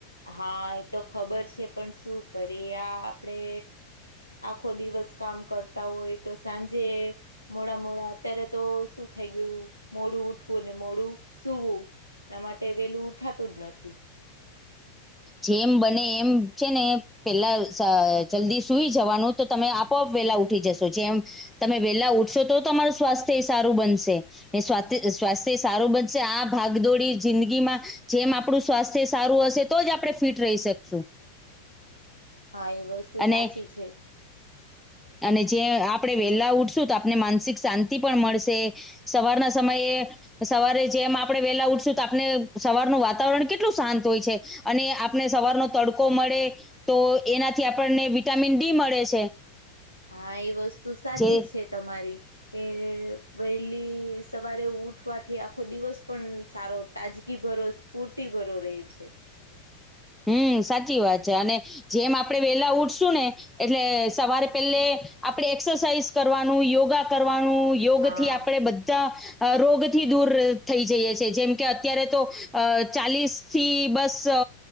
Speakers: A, on the right (about 85°); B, in the centre.
A: હા, એ તો ખબર છે પણ શું કરીએ આપડે આખો દિવસ કામ કરતા હોય તો સાંજે મોડા મોડા અત્યારે તો શું થઈ ગયું મોડું ઉઠવું અનેને મોડું સૂવું એના માટે વેલું ઉઠાતું જ નથી.
B: જેમ બને એમ છે ને પેલા જલ્દી સુઈ જવાનું તો તમે આપોઆપ વેલા ઉઠી જશો જેમ, તમે વેલા ઉઠશો તો તમારું સ્વાસ્થ્ય સારું બનશે એ સ્વા સ્વાસ્થ્ય સારું બનશે આ ભાગદોડી જિંદગીમાં જેમ આપડું સ્વાસ્થ્ય સારું હશે તો જ આપડે ફિટ રહી શકશું.
A: હા એ વસ્તુ
B: અને
A: સાચી છે.
B: અને જે આપણે વેલા ઉઠશું તો આપને માનસિક શાંતિ પણ મળશે સવારના સમયે સવારે જેમ આપણે વેલા ઉઠશું તો આપને સવારનું વાતાવરણ કેટલું શાંત હોય છે. અને આપને સવારનો તડકો મળે તો એનાથી આપણને વિટામિન ડી મળે છે.
A: હા એ વસ્તુ સાચી
B: જે
A: છે તમારી એ વહેલી સવારે ઉઠવાથી આખો દિવસ પણ સારો તાજ એ ભરોસ સ્ફૂર્તિભર્યો રહે છે.
B: હમ્મ, સાચી વાત છે. અને જેમ આપણે વેહલા ઉઠશુંને એટલે સવારે પેલે આપડે એક્સરસાઇઝ કરવાનું યોગા કરવાનું યોગ
A: હા.
B: થી આપડે બધા અહ રોગથી દૂર થઈ જઈએ છે જેમ કે અત્યારે તો અહ ચાલીસ થી બસો